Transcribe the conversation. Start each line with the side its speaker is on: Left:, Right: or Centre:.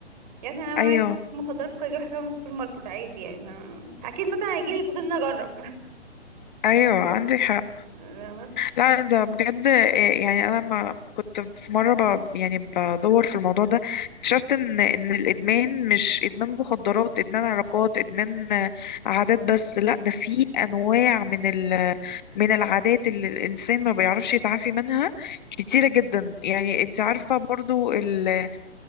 Right: يعني مثلا انا
Left: ايوه
Right: عايز مخدرات ممكن اجيب حاجه من السوبر ماركت عادي يعني فاهمة؟ اكيد مثلا هيجي لي فضول اني اجرب
Left: ايوه عندك حق
Right: <laughs> فاهمة؟
Left: لا ده بجد إيه، يعني انا لما كنت في مره ب... يعني بدور في الموضوع ده اكتشفت ان ان الادمان مش ادمان مخدرات ادمان علاقات ادمان آه، عادات بس لا ده في انواع من ال... من العادات اللي الانسان ما بيعرفش يتعافي منها كتيره جدا يعني انت عارفه برضو ال... آه،